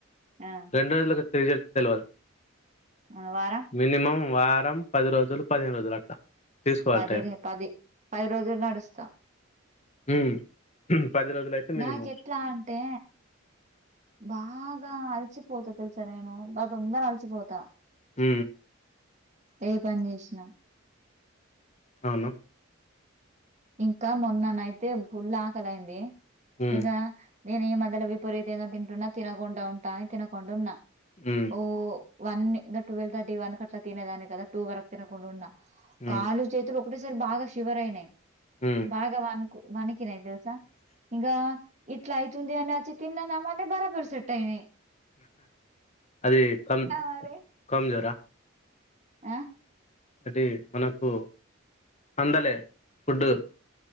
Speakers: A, on the right (about 35°); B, on the left (about 35°).
A: ఆ!
B: రెండు రోజులకు రిజల్ట్ తెలవదు
A: ఆ! వారం
B: మినిమం వారం పది రోజులు పదిహేను రోజులు అట్లా తీసుకోవాలి
A: పదినే
B: టైం
A: పది పది రోజులు నడుస్తాం
B: ఉమ్ పది రోజులు అయితే మినిమం
A: నాక ఎట్లా అంటే బాగా బా అలసిపోతా తెలుసా నేను బా తొందర అలసిపోతా
B: మ్
A: ఏ పని చేసినా
B: అవును
A: ఇంకా మొన్ననైతే ఫుల్ ఆకలైంది
B: ఉమ్
A: ఇంగా నేను ఈ మధ్యలో విపరీతంగా తింటున్నా తినకుండా ఉంటా అని తినకుండా ఉన్నా
B: ఉమ్
A: ఓ వన్ ఇంకా ట్వెల్వ్ థర్టీ వన్ కట్లా తినేదాన్ని కదా టూ వరకు తినకుండున్నా
B: ఉమ్
A: కాలు చేతులు ఒకటేసారి బాగా శివరయినాయి
B: ఉమ్
A: భాగవాన్ కు మనకి ఎక్కినాయ్ తెల్సా ఇంగా ఇట్లా అయితుంది అని అది చికెన్ తిన్నామని బరాబర సెట్టయ్ నాయ్
B: అది కమ్
A: మరి?
B: కం జోరా
A: ఆ
B: అది మనకు అందలే ఫుడ్